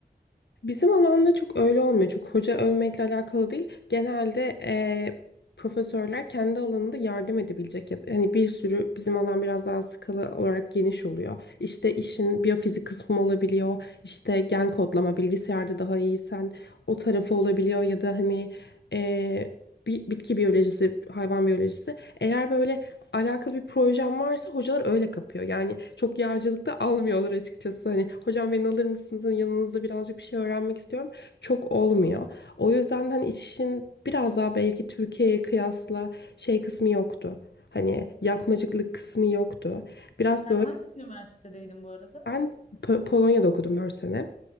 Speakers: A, on the left; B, on the left.
A: Bizim alanda çok öyle olmuyor. Çok hoca övmekle alakalı değil. Genelde eee, profesörler kendi alanında yardım edebilecek. ya- Hani bir sürü bizim alan biraz daha skala olarak geniş oluyor. İşte işin biyofizik kısmı olabiliyor. İşte gen kodlama bilgisayarda daha iyiysen o tarafı olabiliyor. Ya da hani eee, bi- bitki biyolojisi, hayvan biyolojisi. Eğer böyle alakalı bir projem varsa hocalar öyle kapıyor. Yani çok yağcılıkta almıyorlar açıkçası. Hani hocam beni alır mısınız? Hani Yanınızda birazcık bir şey öğrenmek istiyorum. Çok olmuyor. O yüzden hani işin biraz daha belki Türkiye'ye kıyasla şey kısmı yoktu. Hani yapmacıklık kısmı yoktu. Biraz
B: Sen
A: böyle
B: hangi üniversitedeydin bu arada?
A: ben Po- Polonya'da okudum 4 sene.